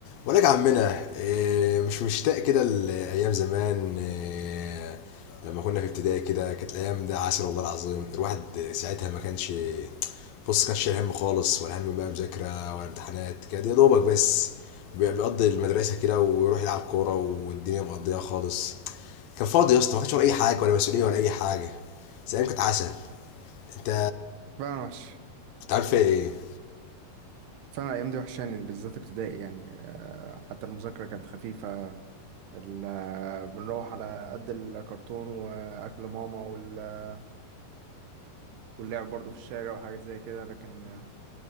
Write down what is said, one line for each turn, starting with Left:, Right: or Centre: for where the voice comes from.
Left: ولك يا عمنا إيه، مش مشتاق كده لأيام زمان إيه، لما كنا في ابتدائي كده كانت الأيام ده عسل والله العظيم الواحد ساعتها ما كانش بص كانش شايل هم خالص ولا هم بقى مذاكرة ولا امتحانات كان يا دوبك بس بي- بيقضي المدرسة كده ويروح يلعب كورة والدنيا مقضية خالص كان فاضي يا اسطى ما كانش ورا أي حاجة ولا مسؤولية ولا أي حاجة بس الأيام كانت عسل أنت
Right: فعلا وحش
Left: أنت عارف فيها إيه؟
Right: فعلا الأيام دي وحشاني بالذات ابتدائي يعني آه، حتى المذاكرة كانت خفيفة ال- آه، بنروح على قد الكرتون وأكل ماما وال- واللعب برضو في الشارع وحاجات زي كده لكن آه،